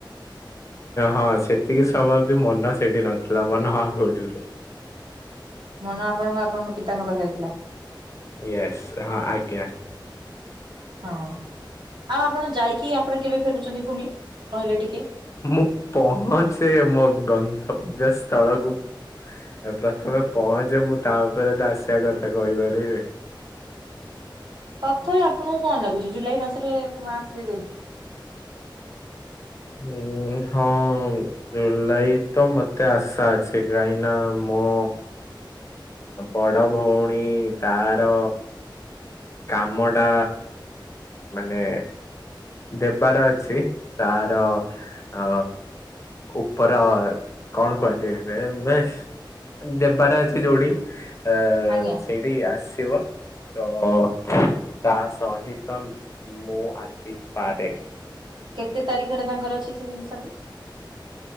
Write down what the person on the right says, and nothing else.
ମନ ଆପଣଙ୍କ ଆପଣଙ୍କ ପିତାଙ୍କ ପାଖରେ ଥିଲା।
ହଁ ଆଉ ଆପଣ ଯାଇକି ଆପଣ କେବେ ଫେରୁଛନ୍ତି ପୁଣି କହିଲେ ଟିକେ।
ତଥାପି ଆପଣଙ୍କୁ କଣ ଲାଗୁଛି ଜୁଲାଇ ମାସରେ ମାସରେ ଯାଇକି।
ଆଜ୍ଞା
କେତେ ତାରିଖରେ ତାଙ୍କର ଅଛି ସେ ଜିନିଷ ବି